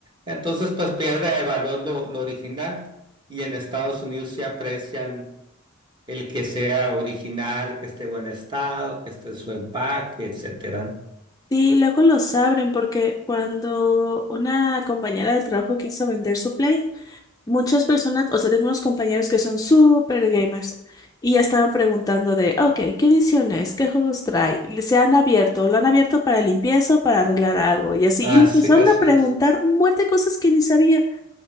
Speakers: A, on the right; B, on the left.
A: Entonces, pues pierde de valor lo, lo original y en Estados Unidos sí aprecian el que sea original, que esté en buen estado, que esté en su empaque, etcétera. ¿no?
B: Sí, luego los abren porque cuando una compañera de trabajo quiso vender su Play, Muchas personas, o sea, tengo unos compañeros que son súper gamers y ya estaban preguntando de, ok, ¿qué ediciones? ¿Qué juegos trae? Le- ¿Se han abierto? ¿Lo han abierto para limpieza o para arreglar algo? Y así,
A: Así,
B: y le empezaron
A: así
B: a preguntar
A: es.
B: un buen de cosas que ni sabía.